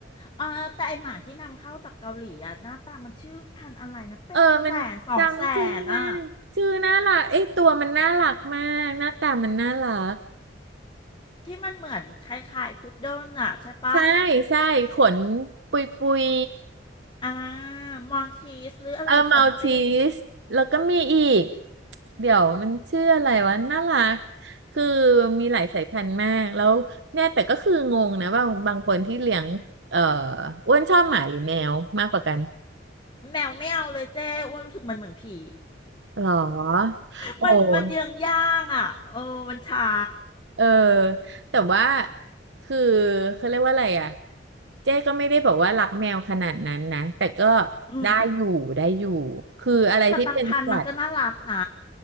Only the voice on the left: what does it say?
เออแต่ไอหมาที่นำเข้าจากเกาหลีอะหน้าตามันชื่อพันธุ์อะไรนะเป็นแสนสองแสนอะ
ที่มันเหมือนคล้ายๆพุดเดิ้ลอะใช่ปะ
อ่ามอนทีสหรืออะไรซัมติง
แมวไม่เอาเลยเจ๊อ้ว่ารู้สึกมันเหมือนผี
<laughs>
มันมันเยืองย่างอ่ะเออมันช้า
อืม
แต่บางพันธุ์มันก็น่ารักนะ